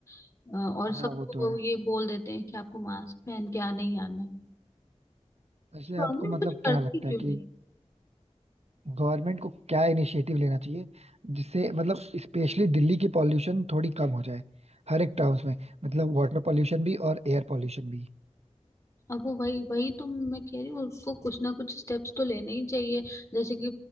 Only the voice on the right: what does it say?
हाँ वो तो है
वैसे
आपको मतलब
क्या लगता है
कि गवर्नमेंट को क्या इनिशिएटिव लेना चाहिए जिससे मतलब स्पेशली दिल्ली की पॉल्यूशन थोड़ी कम हो जाए हर एक टर्म्स में मतलब वाटर पॉल्यूशन भी और एयर पॉल्यूशन भी